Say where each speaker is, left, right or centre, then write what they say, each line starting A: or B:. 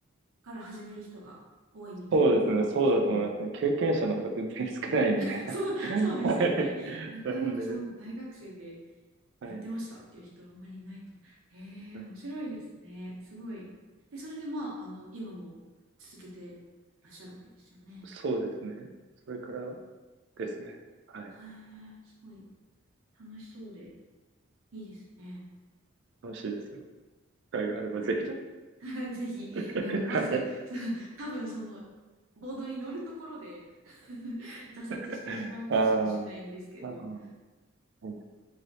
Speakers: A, on the right; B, on the right.
A: から始める人が多いみたいな感じなんですかね。
B: そうですね。そうだと思いますね。経験者の方が全然少ないみたいな。
A: <laughs> そう、
B: <laughs> はい。
A: そうですよね。なかなかその大学生で
B: なんで、はい。
A: やってましたっていう人はあまりいないと。へえ、
B: はい
A: 面白いですね。すごい。で、それでまあ、あの、今も続けてらっしゃるわけですよね。
B: そうですね。それからですね。はい。
A: へえ、すごい楽しそうでいいですね。
B: 楽しいですよ。機会があればぜひ。
A: <laughs> ぜひ、
B: <laughs>
A: なんかまず、
B: はい。
A: <laughs> そ多分その、ボードに乗るところで <laughs> 挫折してしまう気しかしないんですけど、
B: <laughs> あーあー、はい